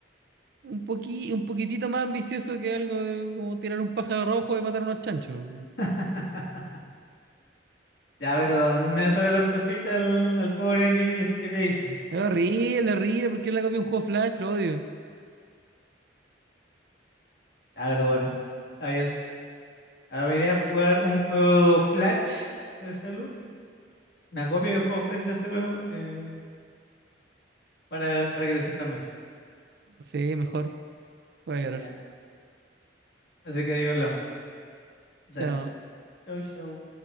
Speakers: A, on the right; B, on the left.
A: un poqui, un poquitito más ambicioso que algo de como tirar un pájaro rojo y matar unos chanchos.
B: <laughs> Ya, pero no es necesario tanto hate al, al pobre Angry Birds, ¿qué te hizo?
A: Es horrible, horrible. ¿Por qué le copia un juego Flash? Lo odio.
B: Ya, pero bueno. Está bien, Ah, me iré a jugar un juego Flash de celu, una copia de juego Flash de celu eh, para, para que te sientas mejor.
A: Sí, mejor. Voy a llorar.
B: Ya. Así que ahí hablamos. Dale.
A: Chao.
B: Chau, chau.